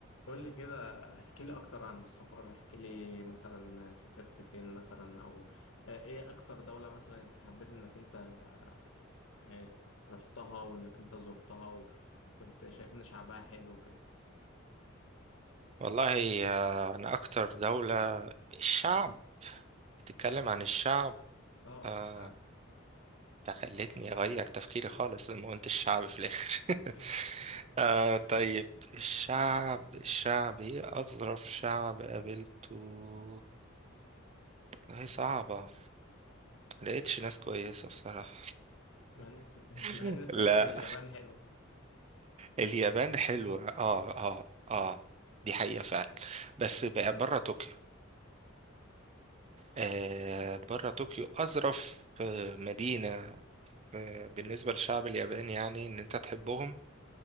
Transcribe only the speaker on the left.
قول لي كده احكي لي اكتر عن السفر احكي لي مثلا سافرت فين مثلا او آه، ايه اكتر دولة مثلا انت حبيت انك انت آه، يعني رحتها وانك انت زرتها و... وكنت شايف ان شعبها حلو وكده
اه
الشعب
<laughs>
مع اني سم... <laughs>
مع اني سمعت
ان اليابان حلوة <laughs>